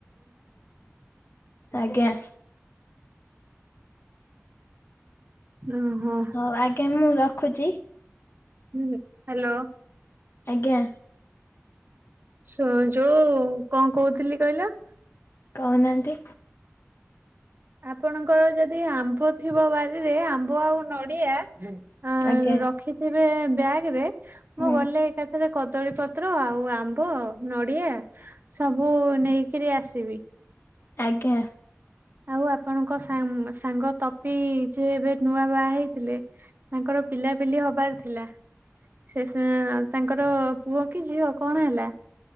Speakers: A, on the left; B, on the right.
A: ଆଜ୍ଞା।
B: ଓହୋ।
A: ହଉ ଆଜ୍ଞା ମୁଁ ରଖ ରଖୁଛି
B: ହୁଁ ହ୍ୟାଲୋ।
A: ଆଜ୍ଞା।
B: <unintelligible> ଜଉ କଣ କହୁଥିଲି କହିଲ
A: କହୁନାହାନ୍ତି
B: ଆପଣଙ୍କର ଯଦି ଆମ୍ବ ଥିବ ବାରିରେ ଆମ୍ବ ଆଉ ନଡିଆ ଆ
A: ଆଜ୍ଞା
B: ରଖିଥିବ <unintelligible> ବ୍ୟାଗ ରେ
A: ହୁଁ।
B: ମୁଁ ଗଲେ ଏକାଥାରେ କ କଦଳି ପତ୍ର ଆଉ ଆମ୍ବ ନଡିଆ ସବୁ ନେଇକିରି ଆସିବି।
A: ଆଜ୍ଞା।
B: ଆଉ ଆପଣଙ୍କ ସା ସାଙ୍ଗ ତପି ଯେ ଏବେ ନୂଆ ବାହା ହେଇଥିଲେ ତାଙ୍କର ପିଲାପିଲି ହବାର ଥିଲା ସେ ସ ତାଙ୍କର ପୁଅ କି ଝିଅ କଣ ହେଲା।